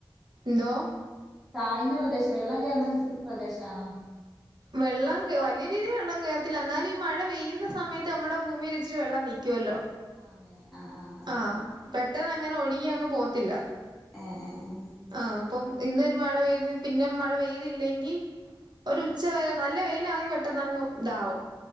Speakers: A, on the right (about 55°); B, in the centre.
A: എന്തോ
B: താഴ്ന്ന പ്രദേശം വെള്ളം കേയറുന്ന പ്രദേശാണോ
A: വെള്ളം കേ വലിയ രീതിൽ വെള്ളം കേറത്തില്ല എന്നാലും ഈ മഴ പെയ്യുന്ന സമയ ത്ത് നമ്മുടെ ഭുമില് ഇച്ചിരി വെള്ളം നിക്കുവല്ലോ
B: ആ അങ്ങനെ ആഹ് ആഹ്
A: ആഹ് പെട്ടെന്ന് അങ്ങനെ ഒഴുകി അങ്ങ് പോകത്തില്ല
B: ഹേ ഹേ ഹേ
A: ആ ഇപ്പം ഇന്നൊരു മഴ പെയ്ത് പിന്നെ മഴ പെയ്തില്ലെങ്കിൽ ഒരു ഉച്ചവരെ നല്ല വെയിലാണെ പെട്ടെന്ന് അങ്ങ് ഇതാവും